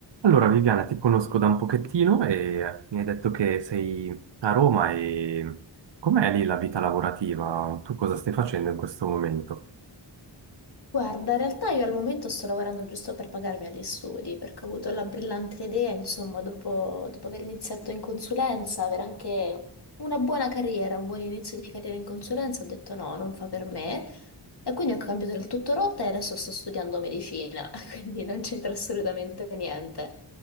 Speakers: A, on the right; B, on the left.
A: Allora, Viviana, ti conosco da un pochettino e mi hai detto che sei a Roma e com'è lì la vita lavorativa? Tu cosa stai facendo in questo momento?
B: Guarda, in realtà io al momento sto lavorando giusto per pagarmi agli studi, perché ho avuto la brillante idea, insomma, dopo, dopo aver iniziato in consulenza, avere anche una buona carriera, un buon inizio di carriera in consulenza, ho detto no, non fa per me. E quindi ho cambiato del tutto rotta e adesso sto studiando medicina, <laughs> quindi non c'entra assolutamente niente.